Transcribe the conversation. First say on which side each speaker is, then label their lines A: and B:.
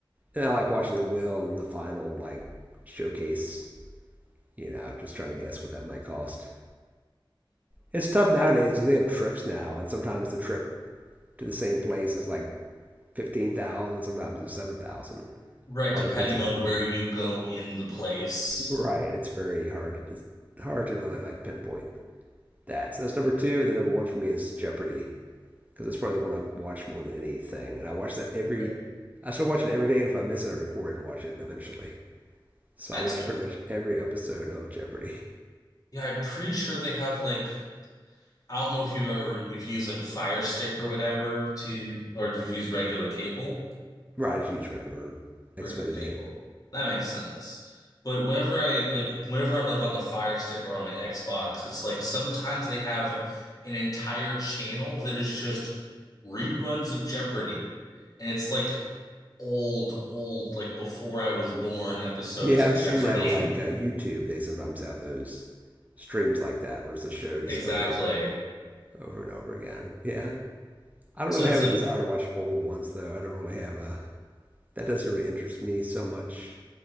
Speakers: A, on the right; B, on the left.
A: And I like watching the will and the final like showcase. You know, just trying to guess what that might cost. It's tough nowadays because they have trips now, and sometimes the trip to the same place is like fifteen thousand, sometimes it's seven thousand.
B: Right,
A: All
B: depending
A: depends on
B: on
A: what like
B: where
A: the
B: you go in the place.
A: right. It's very hard to just hard to really like pinpoint that. So that's number two, and then number one for me is Jeopardy because it's probably the one I've watched more than anything, and I watch that every.
B: Right.
A: I still watch it every day, and if I miss it, I record it and watch it eventually. So
B: That's
A: I watch
B: good.
A: pretty much every episode of Jeopardy.
B: Yeah, I'm pretty sure they have like I don't know if you've ever if you use like a Fire Stick or whatever to or if you use regular cable,
A: <laughs> Rod's huge regular
B: regular
A: Xfinity.
B: cable. That makes sense. But whenever I like whenever I'm like on the Fire Stick or on my Xbox, it's like sometimes they have an entire channel that is just reruns of Jeopardy. And it's like old, old, like before I was born episodes
A: Yeah,
B: of
A: I've
B: Jeopardy.
A: seen that on like uh,
B: <laughs>
A: YouTube. They sometimes have those streams like that where it's a show just
B: Exactly.
A: over, over and over again. Yeah. I don't
B: So
A: really
B: it's
A: have
B: like
A: a desire to watch old ones though. I don't really have a, that doesn't really interest me so much.